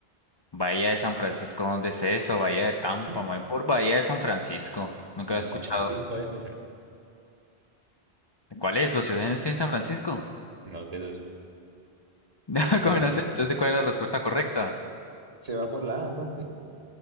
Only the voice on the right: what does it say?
Mm,
Pues
en
San Francisco es, socio.
No sé, socio.
Bueno,
se va por la A, entonces.